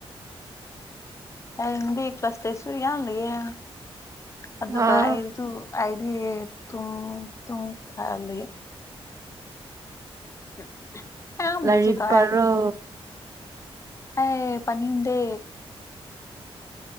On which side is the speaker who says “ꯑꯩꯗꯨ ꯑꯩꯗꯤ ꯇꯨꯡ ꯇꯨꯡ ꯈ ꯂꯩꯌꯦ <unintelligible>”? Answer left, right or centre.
Left